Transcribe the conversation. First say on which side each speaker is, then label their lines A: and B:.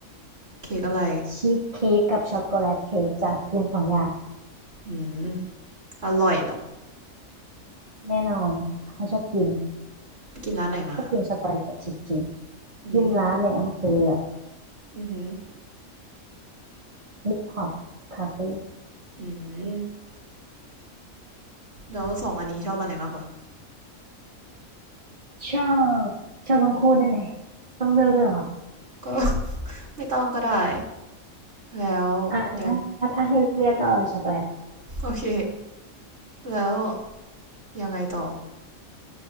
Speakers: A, on the right; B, on the right.
A: เค้กอะไร
B: ชีสเค้กกับช็อกโกแลตเค้กจะกินสองอย่าง
A: อืม อร่อยเหรอ
B: แน่นอนเขาชอบกิน
A: ไปกินร้านไหนมา
B: ชอบกินช็อกโกแลตกับชีสเค้ก
A: อืม
B: กินร้านในอำเภอ
A: อืม
B: ฮิปฮอปคาเฟ่
A: อืม แล้วสองอันนี้ชอบอันไหนมากกว่า
B: ชอบชอบทั้งคู่ได้ไหมต้องเลือกด้วยเหรอ
A: ก็ <laughs> ไม่ต้องก็ได้แล้ว
B: อ่าถ้าถ้าถ้าให้เลือกก็เอาช็อกโกแลต
A: ยัง <laughs> โอเคแล้วยังไงต่อ